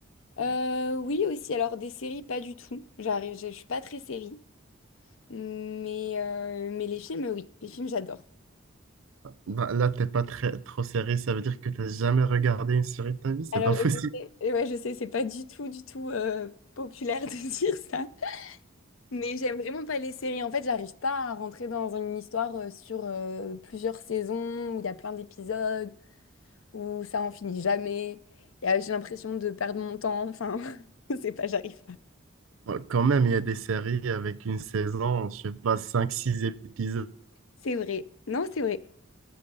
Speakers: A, on the left (about 80°); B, on the right (about 80°).
A: Euh, oui, aussi, alors des séries, pas du tout. J'arrive, je, je suis pas très série, mais, euh, mais les films, oui, les films, j'adore.
B: Bah, là, t'es pas très, trop série. Ça veut dire que t'as jamais regardé une série de ta vie. C'est
A: Alors,
B: pas possible.
A: je sais, et ouais, je sais, c'est pas du tout, du tout euh, populaire <laughs> de dire ça, mais j'aime vraiment pas les séries. En fait, j'arrive pas à rentrer dans une histoire euh, sur euh, plusieurs saisons où il y a plein d'épisodes. où ça en finit jamais. Et, euh, j'ai l'impression de perdre mon temps. Enfin, <laughs> c'est pas, j'arrive pas.
B: Ouais, Quand même, il y a des séries avec une saison, je sais pas, cinq six épisodes
A: C'est vrai. Non, c'est vrai.